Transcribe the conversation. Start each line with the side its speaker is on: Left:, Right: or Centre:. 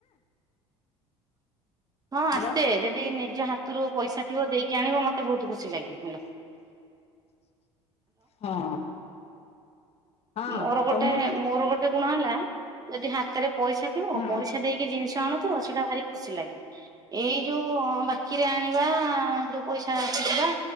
Right: ହଁ ଆସେ
Left: ହାଲୋ।
Right: ଯଦି ନିଜ ହାତରୁ ପଇସା ଥିବ ଦେଇକି ଆଣିବ ମୋତେ ବହୁତ ଖୁସି ଲାଗେ ହେଲା।
Left: ହଁ। ହଁ
Right: ମୋର ଗୋଟେ
Left: କହୁନ
Right: ମୋର ଗୋଟେ ଗୋଟେ ଗୁଣ ହେଲା ଯଦି ହାତରେ ପଇସା ଥିବ
Left: ହଁ
Right: ପଇସା ଦେଇକି ଜିନିଷ ଆଣୁ ସେଇଟା ଭାରି ଖୁସି ଲାଗେ ଏଇ ଯୋଉ ବାକିରେ ଆଣିବା ଯୋଉ ପଇସା ଆସିଥିବା